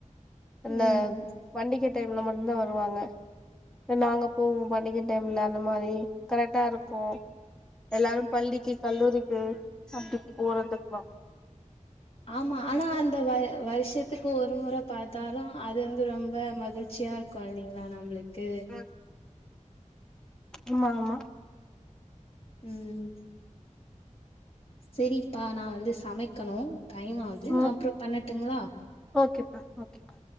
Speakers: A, in the centre; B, on the left (about 45°).
A: என்ன
B: ம்
A: பண்டிக டைம்ல மட்டு தா வருவாங்க இல்ல நாங்க போவோ பண்டிக டைமில அந்த மாரி கரெக்டா இருக்கு எல்லாரு பள்ளிக்கு கல்லூரிக்கு அப்டி போறதுக்கலா
B: ஆமா ஆனா அந்த வ வருஷத்துக்கு ஒரு முறை பாத்தாலு அது வந்து ரொம்ப மகிழ்ச்சி சியா இருக்கோம் இல்லைங்ளா நம்ளுக்கு
A: ஆ ஆமா ஆமா
B: ம் செரிப்பா நா வந்து சமைக்கணோ டைம் ஆது
A: ஓ
B: நான் அப்புறோம் பண்ணட்டுங்களா
A: ஓகேப்பா ஓகேப்பா